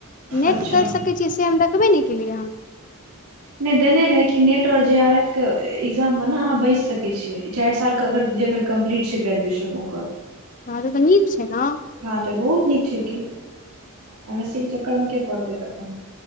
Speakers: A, on the left; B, on the right.
A: नेट
B: अच्छा
A: करि सकैत छियै से हम देखबे नहि केलियैहन
B: नहि देने रहै कि नेट आओर जे आर एफ के एग्जाममे ने अहाँ बैसि सकै छियै। इ चारि सालके अगरग्रेजुएशन कम्प्लीट छै ग्रेजुएशन ओकर।
A: ह त तऽ नीक छै ने।
B: हँ तऽ बहुत नीक छै की एम एस सी के चक्करमे के पड़तै तखन।